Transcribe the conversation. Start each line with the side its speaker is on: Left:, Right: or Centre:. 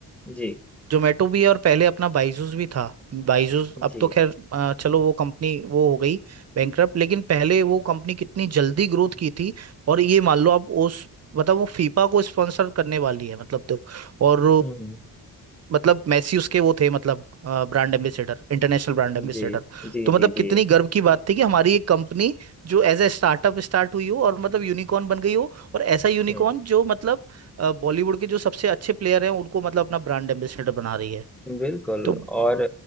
Centre: जी
Right: जोमेटो भी है और पहले अपना बाइजूस भी था बाइजूस अब
Centre: जी
Right: तो खैर अ, चलो वो कंपनी वो हो गई बैंकरप्ट लेकिन पहले वो कंपनी कितनी जल्दी ग्रोथ की थी और ये मान लो आप उस मतलब वो फीफा को स्पॉन्सर करने वाली है मतलब तो और
Centre: हम्म
Right: मतलब मैसी उसके वो थे मतलब brand ambassador international brand ambassador
Centre: जी जी
Right: तो मतलब
Centre: जी
Right: कितनी
Centre: जी
Right: गर्व की बात थी कि हमारी एक कंपनी जो एज ए स्टार्टअप स्टार्ट हुई हो और मतलब यूनिकॉर्न बन गई हो और ऐसा यूनिकॉर्न
Centre: जी
Right: जो मतलब बॉलीवुड के जो सबसे अच्छे प्लेयर हैं उनको मतलब अपना ब्रांड एम्बेसडर बना रही है
Centre: बिल्कुल
Right: तो
Centre: और